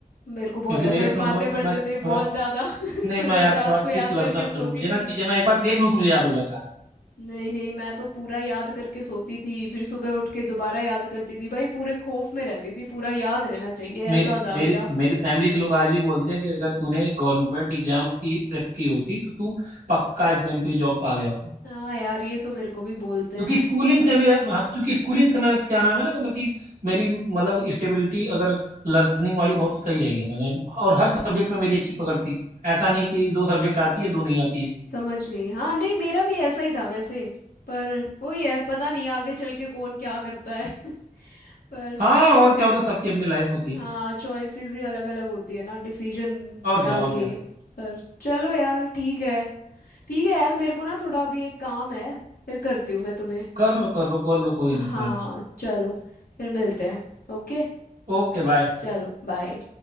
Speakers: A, on the left; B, on the right.
A: मेरे को बहुत
B: क्योंकि
A: एफर्ट
B: मेरे तो
A: मारने
B: मैं,
A: पड़ते
B: मैं थोड़ा
A: थे बहुत ज्यादा <laughs>
B: नहीं
A: सुबह
B: मैं यार थोड़ा
A: रात
B: क्विक
A: को याद
B: लर्नर
A: करके सोती
B: हूँ मुझे ना
A: थी
B: चीजें मैं एक बार देख लूँ तो मुझे याद हो जाता है
A: नहीं नहीं मैं तो पूरा याद करके सोती थी फिर सुबह उठ के दोबारा याद करती थी भाई पूरे खौफ में रहती थी पूरा याद रहना चाहिए
B: मेरी
A: ऐसा था
B: मेरी
A: मेरा
B: मेरी फैमिली के लोग आज भी बोलते हैं कि अगर तूने गवर्नमेंट एग्जाम की प्रेप की होती तो तू पक्का आज कोई ना कोई जॉब पा गया होता
A: हाँ यार ये तो मेरे को भी बोलते हैं
B: क्योंकि स्कूलिंग से मैं क्योंकि स्कूलिंग से मैं क्या नाम है ना मतलब कि मेरी मतलब स्टेबिलिटी अगर लर्निंग वाली बहुत सही रही है मैंने और हर सब्जेक्ट में मेरी अच्छी पकड़ थी ऐसा नहीं कि दो सब्जेक्ट आती है दो नहीं आती है
A: समझ गई हाँ नहीं मेरा भी ऐसा ही था वैसे पर वही है पता नहीं आगे चल के कौन क्या करता है <laughs> पर
B: हाँ और क्या होता है, सबकी अपनी लाइफ होती
A: हाँ
B: है
A: चॉइसेस ही अलग अलग होती है ना डिसीजन
B: और
A: क्या
B: क्या
A: लिए
B: और क्या
A: पर चलो यार ठीक है ठीक है यार मेरे को ना थोड़ा अभी एक काम है फिर करती हूँ मैं तुम्हें
B: कर लो कर लो कर लो कोई नहीं
A: हाँ
B: कोई नहीं
A: चलो फिर मिलते हैं ओके
B: Okay bye
A: चलो बाय